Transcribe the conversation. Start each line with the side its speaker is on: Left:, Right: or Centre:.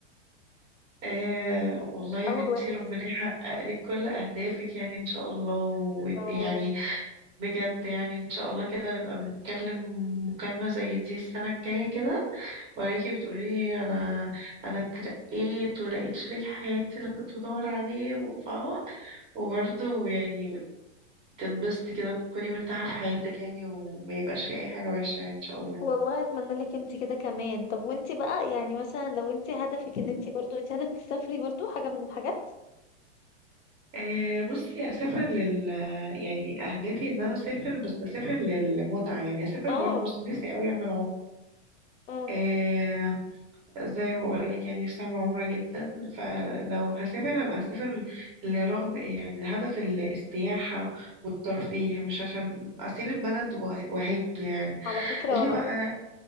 Right: آه والله يا
Left: اول
Right: بنتي
Left: واحد
Right: ربنا يحقق لك كل أهدافك يعني إن شاء الله وت-
Left: اه
Right: يعني بجد يعني ان شاء الله كده نبقى بنتكلم مكالمة زي دي السنة الجاية كده وراكي بتقولي لي انا انا اترقيت ولقيت شريك حياتي اللي كنت بدور عليه وفاهمة وبرضه يعني تنبسطي كده تكوني مرتاحة في حياتك يعني وما يبقاش في اي حاجة وحشة يعني ان شاء الله
Left: والله اتمنى لك انت كده كمان طب وانت بقى يعني مثلا لو انت هدفك ان انت برضو انت هدفك تسافري برضو حاجه من الحاجات
Right: أه بصي اسافر لل يعني اهدافي ان انا اسافر بس اسافر للمتعة يعني اسافر
Left: اه
Right: برا مصر نفسي قوي اعمل
Left: اه
Right: عمرة زي ما بقولك يعني سامة عمرة جدا فلو هسافر هبقى هسافر لرغب يعني لهدف ال- السياحة والترفيه مش عشان أسيب البلد وه- وأهج يعني
Left: على فكرة
Right: ليه
Left: ولا
Right: بقى